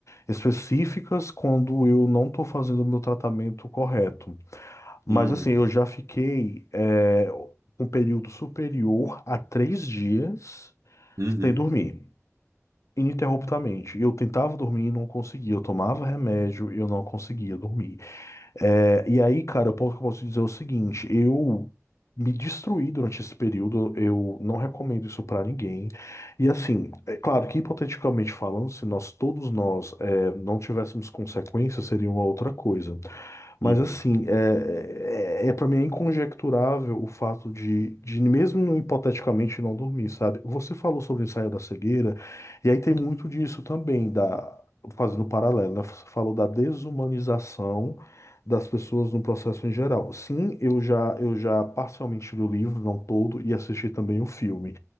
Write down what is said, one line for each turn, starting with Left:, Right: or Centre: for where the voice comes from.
Left: específicas quando eu não tô fazendo o meu tratamento correto. Mas,
Right: Hum,
Left: assim, eu já fiquei, é, um período superior a três dias
Right: Uhum.
Left: sem dormir ininterruptamente. Eu tentava dormir e não conseguia. Eu tomava remédio e eu não conseguia dormir. É, e aí, cara, eu posso, eu posso dizer é o seguinte: eu me destruí durante esse período. Eu não recomendo isso pra ninguém. E assim, é claro que hipoteticamente falando, se nós todos nós é, não tivéssemos consequências, seria uma outra coisa. Mas
Right: Uhum.
Left: assim, é, é, é para mim é inconjecturável o fato de, de, mesmo hipoteticamente, não dormir, sabe? Você falou sobre o ensaio da cegueira, e aí tem muito disso também, da, fazendo um paralelo, né? Você falou da desumanização das pessoas no processo em geral. Sim, eu já, eu já parcialmente li o livro, não todo, e assisti também o filme.